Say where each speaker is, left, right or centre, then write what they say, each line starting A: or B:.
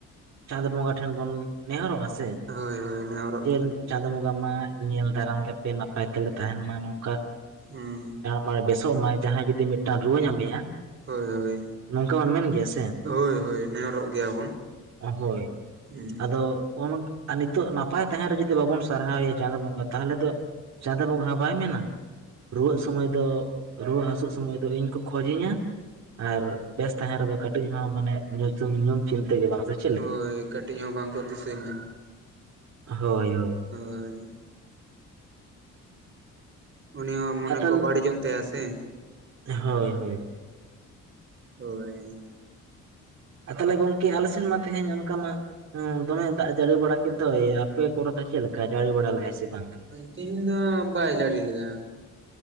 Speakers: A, on the right; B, on the right.
A: ᱪᱟᱸᱫᱽ ᱵᱚᱸᱜᱟ ᱴᱷᱮᱱ ᱵᱚᱱ ᱱᱮᱦᱚᱨᱚᱜ ᱟ ᱥᱮ
B: ᱦᱳᱭ ᱦᱳᱭ ᱱᱮᱦᱚᱨᱚᱜ
A: ᱡᱮ
B: ᱜᱮᱭᱟᱵᱚᱱ
A: ᱪᱟᱸᱫᱳ ᱵᱚᱸᱜᱟ ᱢᱟ ᱧᱮᱞ ᱫᱟᱨᱟᱢ ᱞᱮᱯᱮ ᱱᱟᱯᱟᱭ ᱛᱮᱞᱮ ᱛᱟᱦᱮᱱ ᱢᱟ ᱱᱚᱝᱠᱟ
B: ᱦᱩᱸ
A: ᱢᱟ ᱵᱮᱥᱚᱜ ᱢᱟᱭ ᱡᱟᱦᱟᱸᱭ ᱡᱩᱫᱤ ᱢᱤᱫ ᱴᱟᱱ ᱨᱩᱟᱹ ᱧᱟᱢᱮᱭᱟ
B: ᱦᱳᱭ ᱦᱳᱭ
A: ᱱᱚᱝᱠᱟ ᱵᱚᱱ ᱢᱮᱱ ᱜᱮᱭᱟ ᱥᱮ
B: ᱦᱳᱭ ᱦᱳᱭ ᱱᱮᱦᱚᱨᱚᱜ ᱜᱮᱭᱟᱵᱚᱱ
A: ᱦᱳᱭ
B: ᱦᱩᱸ
A: ᱟᱫᱚ ᱱᱤᱛᱚᱜ ᱱᱟᱯᱟᱭ ᱛᱟᱦᱮᱸ ᱨᱮ ᱡᱩᱫᱤ ᱵᱟᱵᱚᱱ ᱥᱟᱨᱦᱟᱣᱮᱭᱟ ᱪᱟᱸᱫᱚ ᱵᱚᱸᱜᱟ ᱛᱟᱦᱚᱞᱮ ᱫᱚ ᱪᱟᱸᱫᱳ ᱵᱚᱸᱜᱟ ᱦᱚᱸ ᱵᱟᱭ ᱢᱮᱱᱟ ᱾ ᱨᱩᱣᱟᱹᱜ ᱥᱚᱢᱚᱭ ᱫᱚ ᱨᱩᱣᱟᱹ ᱦᱟᱹᱥᱩᱜ ᱥᱚᱢᱚᱭ ᱫᱚ ᱤᱧ ᱠᱚ ᱠᱷᱚᱡᱤᱧᱟ ᱾ ᱟᱨ ᱵᱮᱥ ᱛᱟᱦᱮᱸ ᱨᱮᱫᱚ ᱠᱟᱹᱴᱤᱡ ᱦᱚᱸ ᱢᱟᱱᱮ ᱧᱩᱢ ᱪᱤᱱᱛᱟᱹ ᱜᱮ ᱵᱟᱝ ᱥᱮ ᱾
B: ᱦᱳᱭ ᱠᱟᱹᱴᱤᱡ ᱦᱚᱸ ᱵᱟᱝ ᱠᱚ ᱫᱤᱥᱟᱹᱧᱟ ᱾
A: ᱦᱳᱭ ᱦᱳᱭ ᱾
B: ᱦᱳᱭ ᱾ ᱩᱱᱤ ᱦᱚᱸ ᱢᱚᱱᱮ
A: ᱟᱨ ᱛᱟᱦᱚᱞᱮ
B: ᱠᱚ ᱵᱟᱹᱲᱤᱡᱚᱜ ᱛᱟᱭᱟ ᱥᱮ ᱾
A: ᱦᱳᱭ ᱦᱳᱭ ᱦᱳᱭ ᱾
B: ᱦᱳᱭᱹᱹᱹ᱾
A: ᱟᱨ ᱛᱟᱦᱚᱞᱮ ᱜᱚᱝᱠᱮ ᱟᱞᱮ ᱥᱮᱱ ᱢᱟ ᱛᱮᱦᱮᱧ ᱚᱱᱠᱟ ᱢᱟ ᱾ ᱦᱮᱸ ᱫᱚᱢᱮ ᱫᱟᱜ ᱡᱟᱹᱲᱤ ᱵᱟᱲᱟ ᱠᱮᱫ ᱫᱚᱭ ᱟᱯᱮ ᱠᱚᱨᱮ ᱫᱚ ᱪᱮᱫ ᱞᱮᱠᱟ ᱡᱟᱹᱲᱤ ᱵᱟᱲᱟ ᱞᱮᱫᱟᱭ ᱥᱮ ᱵᱟᱝᱜᱮ ᱾
B: ᱛᱤᱦᱤᱧ ᱫᱚ ᱵᱟᱭ ᱡᱟᱹᱲᱤ ᱞᱮᱫᱟ ᱾